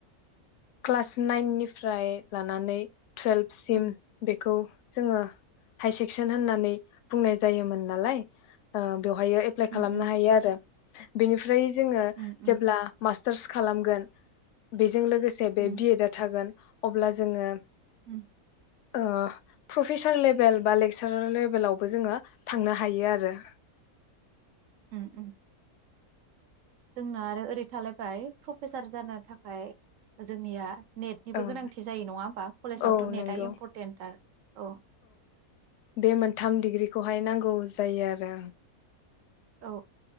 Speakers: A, on the left; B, on the right.
A: क्लास नाइन निफ्राय लानानै टुवेल्भसिम
B: उम
A: बेखौ जोङो हाइ सेक्सन होननानै बुंनाय जायोमोन नालाय ओ बेवहायो एप्लााय
B: उम
A: खालामनो
B: उम
A: हायो आरो। बिनि फ्राय जोङो
B: उम उम
A: जेब्ला मास <unintelligible> खालामगोन बेजों लोगो से बे
B: उम
A: बि एड आ थागोन। अब्ला जोङो
B: उम
A: ओ फ्रफेसार लेबेल बा लेक्सारार लेबेलावबो जोङो थांनो हायो आरो।
B: ओम ओम जोंना आरो ओ बे थालायबाय फ्रफेसार जानो थाखाय जोंनिया नेटनिबो
A: ओं
B: गोनांथि जायो नङा होमबा कलेजावथ'
A: औ
B: नेटआ
A: नंगौ
B: इम्परटेन्ट तार। औ
A: बे मोनथाम डिग्रिखौहाय नांगौ जायो आरो।
B: औ